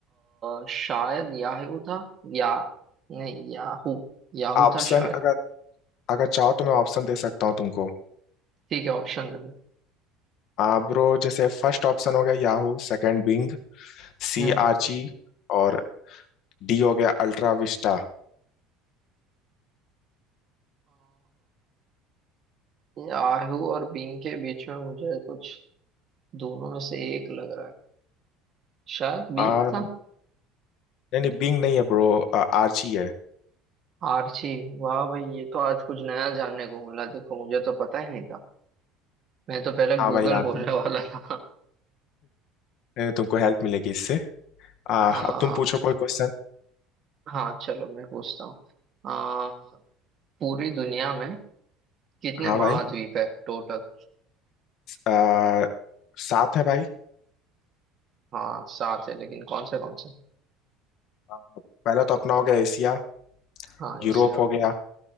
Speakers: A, on the right; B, on the left.
A: अ, शायद याहू था या नहीं याहू याहू
B: ऑप्शन
A: था शायद
B: अगर अगर चाहो तो मैं ऑप्शन दे सकता हूँ तुमको
A: ठीक है ऑप्शन दे दो
B: आ, ब्रो जैसे फर्स्ट ऑप्शन हो गया Yahoo second Bing C
A: हम्म
B: Archie और डी हो गया अल्ट्रा विस्टा
A: अ, याहू और बिंग के बीच में मुझे कुछ दोनों में से एक लग रहा है शायद बी
B: आ, नहीं
A: था
B: नहीं बिंग नहीं है ब्रो आ, आर्ची है
A: आर्ची वाह भाई ये तो आज कुछ नया जानने को मिला देखो मुझे तो पता ही नहीं था मैं तो पहले
B: हाँ
A: गूगल
B: भाई हाँ
A: बोलने
B: तुम
A: वाला था
B: नहीं, तुमको हेल्प मिलेगी इससे आ,
A: आ,
B: अब तुम पूछो कोई क्वेश्चन
A: हाँ चलो मैं पूछता हूँ आ, पूरी दुनिया में कितने
B: हाँ
A: महाद्वीप
B: भाई
A: है टोटल
B: आ, सात है भाई
A: हाँ सात है लेकिन कौन से कौन से
B: आ, पहला तो अपना हो गया एशिया
A: हाँ
B: यूरोप
A: एशिया और
B: हो गया